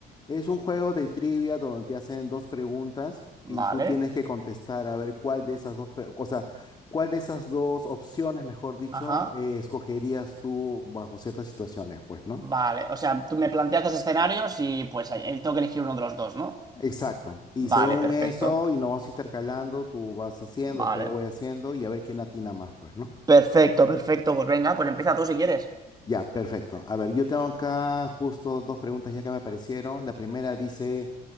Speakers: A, on the left; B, on the right.
A: Es un juego de trivia donde te hacen dos preguntas
B: Vale,
A: y tú tienes que contestar a ver cuál de esas dos, pre- o sea, cuál de esas dos opciones, mejor dicho,
B: ajá,
A: eh, escogerías tú bajo ciertas situaciones, pues, ¿no?
B: vale. O sea, tú me planteas dos escenarios y pues ahí- tengo que elegir uno de los dos, ¿no?
A: Exacto. Y
B: Vale,
A: según
B: perfecto.
A: eso, y nos vamos intercalando, tú vas haciendo,
B: Vale.
A: después yo voy haciendo y a ver quién atina más, pues, ¿no?
B: Perfecto, perfecto. Pues venga, pues empieza tú si quieres.
A: Ya, perfecto. A ver, yo tengo acá justo dos preguntas ya que me aparecieron. La primera dice...